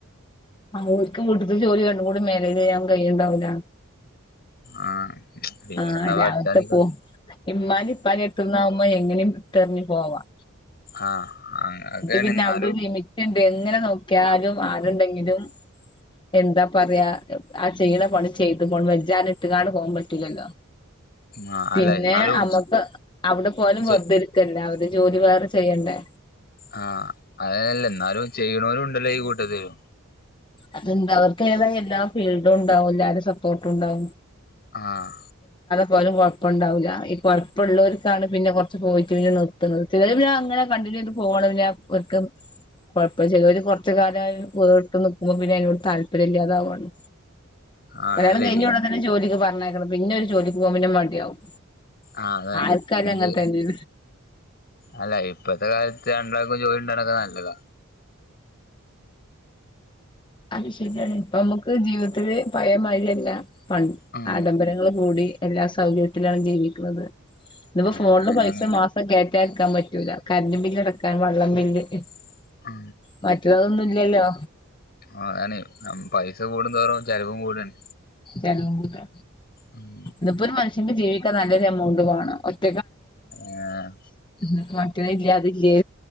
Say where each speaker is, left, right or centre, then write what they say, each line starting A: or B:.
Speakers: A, on the left (about 20°); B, on the left (about 50°).
A: ആ ഓൽക്ക് വീട്ടത്തെ ജോലി രണ്ടും കൂടി മേനേജ് ചെയ്യാൻ കൈയുന്നുണ്ടാവില്ല
B: ആഹ് പിന്നെന്നാ
A: ആഹ്
B: പഠിച്ചാ
A: രാവിൽലെ
B: നിക്ക
A: പോകും ഉമ്മാന്റിം ഉപ്പാന്റി എടുത്തുന്നാവുമ്പോ എങ്ങയും ഇട്ടെറിഞ്ഞു പോവാം.
B: ആഹ് അങ്ങനൊക്കെണ്
A: പിന്നെ
B: ന്നാലും
A: അവിടെ ഒരു ലിമിറ്റ് എങ്ങനെ നോക്കിയാലും ആളു ണ്ടെങ്കിലും എന്താ പറയാ ആ ചെയ്യണ പണി ചെയിതും വെജ്ജാ ഇട്ട്ങ്ങാണ്ട് പോകാൻ പറ്റില്ലല്ലോ
B: ആഹ്
A: പിന്നെ
B: അല്ല എന്നാലും
A: നമുക്ക് അവിടെ പോയാലും
B: ചെയ്
A: വെറുതെ ഇരിക്ക എല്ലാവരും ജോലി വേറെ ചെയ്യണ്ടേ
B: ആഹ് അതല്ല എന്നാലും ചെയ്യണോരും ഉണ്ടല്ലോ ഈ കൂട്ടത്തില്
A: അത്ണ്ട് അവർക്ക് ഏതായ എല്ലാ ഫീൽഡും ഉണ്ടാവും എല്ലാവരുടെയും സപ്പോർട്ടണ്ടാവും
B: ആഹ്
A: പോലും കുഴപ്പണ്ടാവില്ല ഈ കുഴപ്പമുള്ളവർക്കാണ് പിന്നെ കുറച്ച് പോയി കഴിഞ് നിർത്തുന്നത് ചെലര് പിന്ന അങ്ങനെ കണ്ടിന്യൂ ചെയ്ത് പോണം പിന്ന അവർക് കൊഴപ്പല്യ ചിലര് കുറച്ച് കാലമായി വീട്ടുന്നു അപ്പോ പിന്നെ അതിനോട് താല്പര്യമല്ലാതാവാണ്
B: ആഹ്
A: കല്യാണം
B: അല്ലേ
A: കഴിഞ്ഞ ഉടനെ ജോലിക്ക് പറഞ്ഞേക്കണം പിന്നെ ഒരു ജോലിക്ക് പോകാൻ മടിയാവും
B: ആഹ് അതാണ്
A: ആർക്കായാലും
B: ഇത്
A: അങ്ങനെതന്നണ്
B: അല്ല ഇപ്പഴത്തെ കാലത്ത് രണ്ടാൾക്കും ജോലി ഉണ്ടണൊക്കെ നല്ലതാ
A: അത് ശരിയാണ്. ഇപ്പ നമുക്ക് ജീവിതത്തില് പഴയ മാതിരി അല്ല. പൺ
B: ഉം
A: ആഡംബരങ്ങള് കൂടി. എല്ലാ സൗകര്യത്തിലാണ് ജീവിക്കുന്നത്. ഇന്ന്പ്പോ
B: ആഹ്
A: ഫോണില്
B: അതാണ്
A: പൈസ മാസം കേറ്റ ഇരിക്കാൻ പറ്റൂല. കറണ്ട് ബില്ല് അടക്കാൻ, വള്ളം ബില്ല്
B: <inaudible>
A: മറ്റുള്ളതൊന്നുംല്ലല്ലോ.
B: ആ ആന്ന് പൈസ കൂടുംന്തോറും ചെലവും കൂടേണ്.
A: ചെലവും കൂടാ.
B: ഉം.
A: ഇതിപ്പോ ഒരു മനുഷ്യന് ജീവിക്കാൻ നല്ലൊരു എമൗണ്ട് വേണം. ഒറ്റ്
B: ആഹ്.
A: <unintelligible> ഇല്ലാ അതില്ലേ